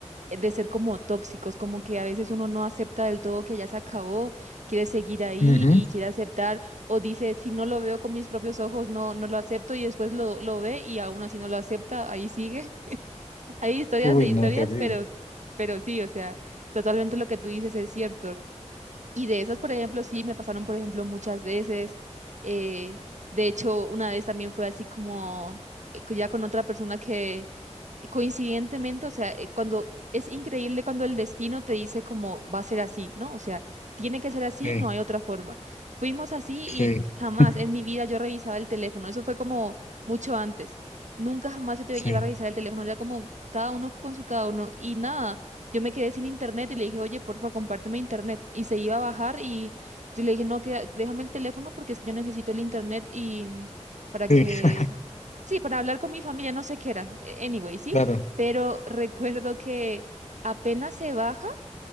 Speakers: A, on the right; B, on the left.
A: eh, de ser como tóxicos, como que a veces uno no acepta del todo que ya se acabó, quiere seguir ahí
B: Ujú.
A: y quiere aceptar, o dice, si no lo veo con mis propios ojos, no, no lo acepto y después lo, lo ve y aún así no lo acepta, ahí sigue. <laughs> Hay historias
B: Uy,
A: de historias,
B: no, terrible.
A: pero, pero sí, o sea, totalmente lo que tú dices es cierto. Y de esas, por ejemplo, sí, me pasaron, por ejemplo, muchas veces. Eh, de hecho, una vez también fue así como eh, ya con otra persona que coincidentemente, o sea, eh, cuando es increíble cuando el destino te dice como va a ser así, ¿no? O sea, tiene que ser así,
B: Sí,
A: no hay otra forma. Fuimos así
B: sí,
A: y jamás
B: <laughs>
A: en mi vida yo revisaba el teléfono, eso fue como mucho antes. Nunca jamás yo te
B: sí.
A: iba a revisar el teléfono, era como cada uno con su cada uno y nada. Yo me quedé sin internet y le dije, oye, porfa, compárteme internet. Y se iba a bajar y yo le dije, no, queda- déjame el teléfono porque es que yo necesito el internet y mm, para que
B: sí.
A: Sí, para hablar con mi familia, no sé qué era, eh, anyway, sí,
B: Claro,
A: pero <laughs> recuerdo que apenas se baja,